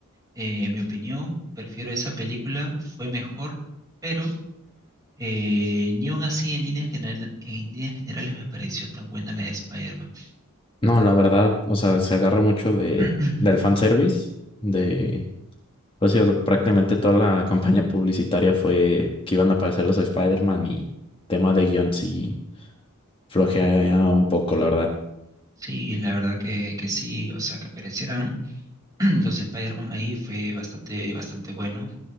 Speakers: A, on the right; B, on the left.
A: eh, en mi opinión, prefiero esa película, fue mejor, pero... Eh, ni aun así en líneas general- en líneas generales me pareció tan buena la de Spider-Man.
B: No, la verdad, o sea, se agarró mucho de,
A: <clears throat>
B: del fanservice, de, pues sí, o sea, prácticamente toda la <laughs> campaña publicitaria fue que iban a aparecer los Spider-Man y tema de guion sí flojea un poco, la verdad.
A: Sí, la verdad que, que sí, o sea, que aparecieran <clears throat> los Spider-Man ahí fue bastante, bastante bueno.